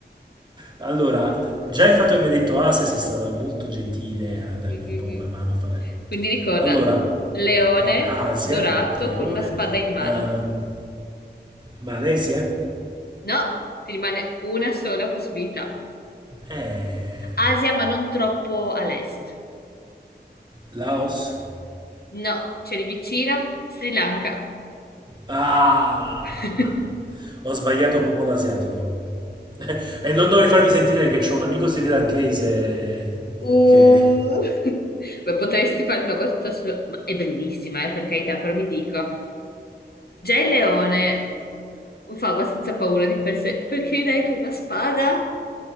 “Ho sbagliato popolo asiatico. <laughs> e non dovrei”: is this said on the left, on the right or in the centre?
Right